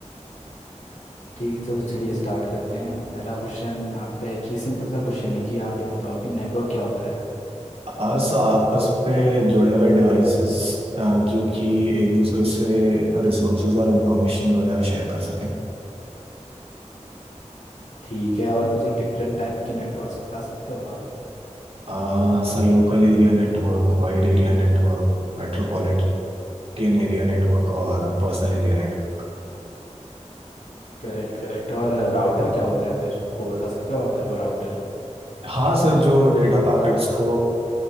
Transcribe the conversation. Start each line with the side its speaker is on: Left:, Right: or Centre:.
Left: ठीक है तो चलिए स्टार्ट करते हैं पहला क्वेश्चन आपका है कि सिंपल सा क्वेश्चन है कि आप ये बताओ कि नेटवर्क क्या होता है
Right: हाँ sir आपस पे जुड़े हुए डिवाइसेस जो कि एक दूसरे से रिसोर्सेज और इंफॉर्मेशन वगैरह शेयर कर सकें
Left: ठीक है और मुझे डिफरेंट टाइप के नेटवर्क्स बता सकते हो आप
Right: अह, Sir local area network wide area network metropolitan area network और पर्सनल एरिया नेटवर्क
Left: Correct correct और राउटर क्या होता है फिर वो बता सकते हो आप मेरे को राउटर
Right: हाँ सर जो डेटा पैकेट्स को